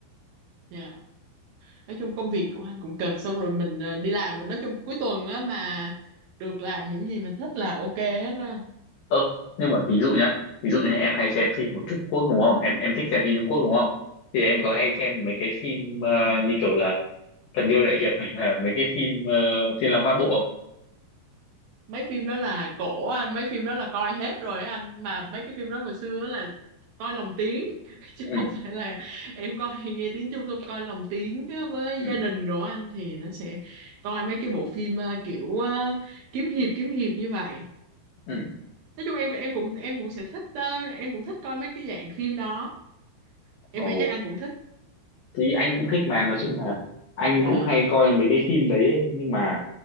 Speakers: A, on the right; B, on the left.
A: Dạ. Nói chung công việc của anh cũng cực xong rồi mình ờ, đi làm mình nói chung cuối tuần á mà được làm những gì mình thích là ok hết á
B: ơ nhưng mà ví dụ nhá ví dụ như em hay xem phim của Trung Quốc đúng không em em thích xem phim Trung Quốc đúng không thì em có hay xem mấy cái phim ờ, như kiểu là Thần Điêu Đại Hiệp này là mấy cái phim ờ, Thiên Long Bát Bộ không
A: mấy phim đó là cổ anh mấy phim đó là coi hết rồi á anh mà mấy cái phim đó hồi xưa á là coi lồng tiếng <laughs> chứ
B: ừ
A: không phải là em coi nghe tiếng Trung xong coi lồng tiếng á, với
B: ừ
A: gia đình rồi á anh thì nó sẽ coi mấy cái bộ phim ờ, kiểu ờ, kiếm hiệp kiếm hiệp như vậy
B: ừ
A: nói chung em em cũng em cũng sẽ thích ờ, em cũng thích coi mấy cái dạng phim đó em
B: ồ
A: nghĩ chắc anh cũng thích
B: thì anh cũng thích mà nói chung là anh
A: Dạ.
B: cũng hay coi mấy cái phim đấy ấy. nhưng mà